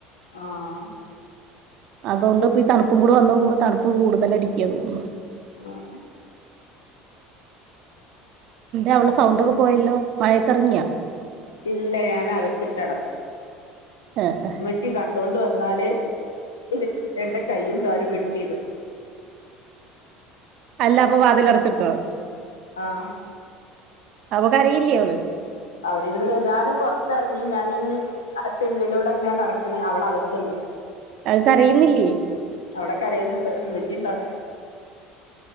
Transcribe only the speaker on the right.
അതോണ്ട് ഇപ്പോ ഈ തണപ്പും കൂടെ വന്നോക്കുമ്പോ തണുപ്പ് കൂടുതലടിക്കാ തോന്നണ്.
എന്താ അവള്ടെ സൗണ്ടൊക്കെ പോയല്ലോ. മഴേത്തിറങ്ങിയാ?
ആഹ്
അല്ല അപ്പൊ വാതിൽ അടച്ചിട്ടോ?
അപ്പൊ കരയില്ലേ ഓള്.
അ ക്കരയുന്നില്ലേ?